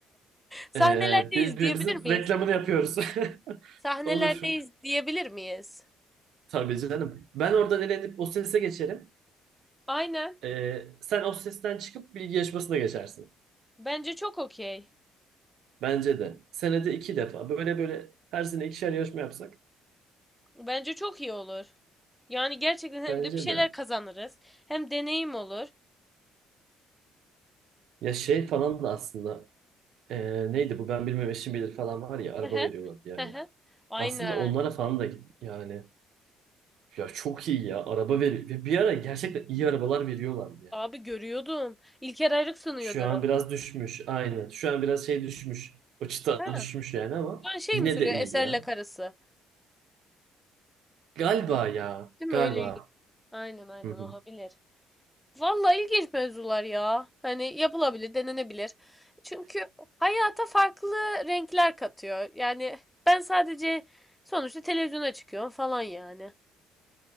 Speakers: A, in the centre; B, on the right.
A: Sahnelerdeyiz
B: E, birbirimizin
A: diyebilir miyiz?
B: reklamını yapıyoruz. <laughs>
A: Sahnelerdeyiz
B: Olur.
A: diyebilir miyiz?
B: Tabii canım. Ben oradan elenip o sese geçerim.
A: Aynen.
B: E, sen o sesten çıkıp bilgi yarışmasına geçersin.
A: Bence çok okey.
B: Bence de. Senede iki defa. Böyle böyle her sene ikişer yarışma yapsak.
A: Bence çok iyi olur. Yani gerçekten hem
B: Bence
A: de bir şeyler
B: de.
A: kazanırız. Hem deneyim olur.
B: Ya şey falan da aslında. e, neydi bu ben bilmem eşim bilir falan var ya araba
A: Hı hı.
B: veriyorlardı yani.
A: Hı hı. Aynen.
B: Aslında onlara falan da git yani. Ya çok iyi ya. Araba veriyor. ve bir ara gerçekten iyi arabalar veriyorlardı ya.
A: Abi görüyordum. İlker Ayrık sunuyordu.
B: Şu an biraz düşmüş. Aynen. Şu an biraz şey düşmüş. O çıta
A: Ha,
B: düşmüş yani ama
A: şu an şey
B: yine
A: mi sürüyor?
B: de iyi
A: Eserle
B: ya.
A: karısı.
B: Galiba ya.
A: Değil
B: Galiba.
A: mi? Öyle ilginç. Aynen aynen
B: Hı hı.
A: olabilir. Vallahi ilginç mevzular ya. Hani yapılabilir, denenebilir. Çünkü hayata farklı renkler katıyor. Yani ben sadece sonuçta televizyona çıkıyorum falan yani.